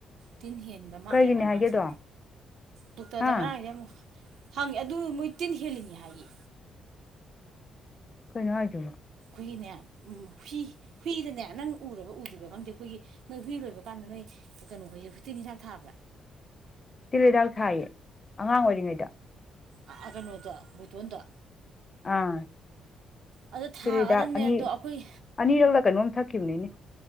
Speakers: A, on the right (about 65°); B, on the left (about 35°).
A: ꯇꯤꯟ ꯍꯦꯟꯕ ꯃꯥꯜꯂꯦꯕ
B: ꯀꯩꯒꯤꯅꯦ ꯍꯥꯏꯒꯦꯗꯣ
A: ꯃꯥꯁꯦ ꯗꯣꯛꯇꯔꯗ
B: ꯍꯥ
A: ꯉꯔꯥꯡꯁꯦ ꯑꯃꯨꯛ ꯍꯪꯉꯦ ꯑꯗꯨ ꯃꯣꯏ ꯇꯤꯟ ꯍꯦꯜꯂꯤꯅꯤ ꯍꯥꯏꯌꯦ
B: ꯀꯩꯅꯣ ꯍꯥꯏꯖꯤꯕꯨ
A: ꯑꯩꯈꯣꯏꯒꯤꯅꯦ ꯎꯝ ꯍꯨꯏ ꯍꯨꯏꯗꯅꯦ ꯅꯪ
B: <inaudible>
A: ꯎꯔꯕ ꯎꯗ꯭ꯔꯤꯕ ꯈꯪꯗꯦ ꯑꯩꯈꯣꯏꯒꯤ ꯅꯣꯏ ꯍꯨꯏ ꯂꯣꯏꯕ ꯀꯥꯟꯗ ꯅꯣꯏ ꯀꯩꯅꯣ ꯍꯣꯏꯖꯦ ꯇꯤꯟ ꯍꯤꯗꯥꯛ ꯊꯥꯕ꯭ꯔꯥ
B: ꯇꯤꯜ ꯍꯤꯗꯥꯛ ꯊꯥꯏꯌꯦ ꯑꯉꯥꯡ ꯑꯣꯏꯔꯤꯉꯩꯗ
A: ꯑꯥ ꯀꯩꯅꯣꯗ ꯕꯣꯏꯇꯣꯟꯗꯣ
B: ꯑꯥ
A: ꯑꯗꯣ ꯊꯥꯒꯗꯕꯅꯦ
B: ꯇꯤꯜ ꯍꯤꯗꯥꯛ ꯑꯅꯤ
A: ꯑꯗꯣ ꯑꯩꯈꯣꯏ
B: ꯑꯅꯤꯔꯛꯂ ꯀꯩꯅꯣꯝ ꯊꯛꯈꯤꯕꯅꯤꯅꯦ